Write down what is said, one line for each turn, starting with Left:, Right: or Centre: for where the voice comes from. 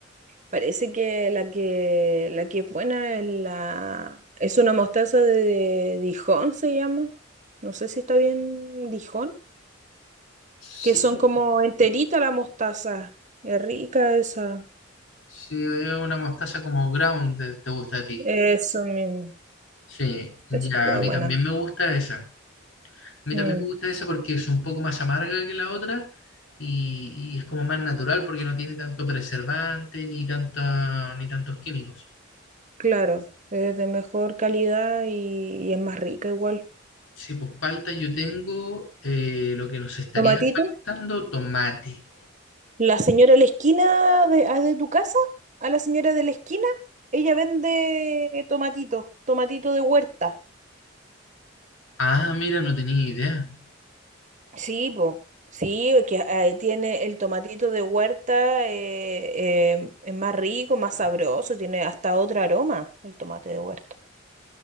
Right: Parece que la que la que es buena es la es una mostaza de Dijon se llama. No sé si está bien Dijon,
Left: Sí,
Right: que son como enterita la mostaza. Es rica esa.
Left: Sí, es una mostaza como ground te te gusta a ti.
Right: Eso mismo.
Left: Sí, ya,
Right: Eso queda
Left: a mí
Right: buena.
Left: también me gusta esa. A mí
Right: Mm,
Left: también me gusta esa porque es un poco más amarga que la otra y, y es como más natural porque no tiene tanto preservante ni tanta, ni tantos químicos.
Right: claro, es de mejor calidad y, y es más rica igual.
Left: Sí, pues palta yo tengo eh, lo que nos estaría
Right: Tomatito.
Left: faltando, tomate.
Right: La señora de la esquina de, ah, de tu casa, a la señora de la esquina, ella vende eh, tomatito, tomatito de huerta.
Left: Ah, mira, no tenía idea.
Right: Sí, po. Sí, es que ahí tiene el tomatito de huerta, eh, eh, es más rico, más sabroso, tiene hasta otro aroma el tomate de huerta.